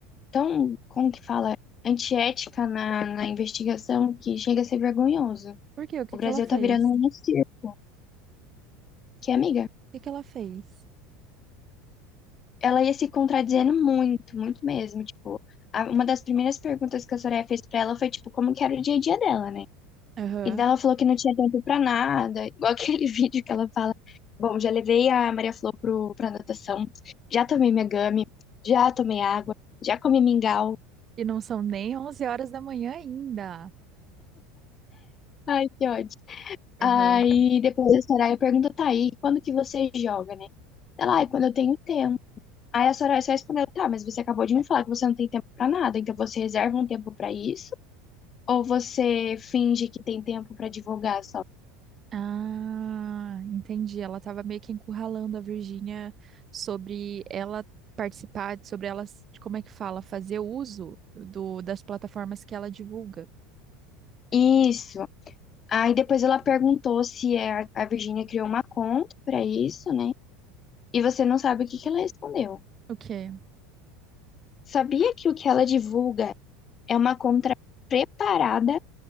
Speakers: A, on the left; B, on the right.
A: tão, como que fala, antiética na, na investigação que chega a ser vergonhoso.
B: Por quê? O que
A: O Brasil
B: que ela
A: tá
B: fez?
A: virando
B: O
A: um circo, que amiga,
B: que que ela fez?
A: ela ia se contradizendo muito, muito mesmo, tipo, a- uma das primeiras perguntas que a Soraya fez pra ela foi, tipo, como que era o dia a dia dela, né?
B: Aham.
A: E daí ela falou que não tinha tempo pra nada, igual <laughs> aquele vídeo que ela fala: Bom, já levei a Maria Flor pro, pra natação, já tomei minha gami, já tomei água, já comi mingau.
B: E não são nem onze horas da manhã ainda.
A: Ai, que ódio.
B: Aham.
A: Aí depois a Soraya pergunta: Tá, e quando que você joga, né? Ela, ai, quando eu tenho tempo. Aí a Soraya só respondeu: Tá, mas você acabou de me falar que você não tem tempo pra nada, então você reserva um tempo pra isso? Ou você finge que tem tempo pra divulgar só?
B: Ah, entendi. Ela tava meio que encurralando a Virgínia sobre ela participar, sobre ela, como é que fala, fazer uso do, das plataformas que ela divulga.
A: Isso. Aí depois ela perguntou se a, a Virgínia criou uma conta pra isso, né? E você não sabe o que que ela respondeu.
B: O quê?
A: Sabia que o que ela divulga é uma conta preparada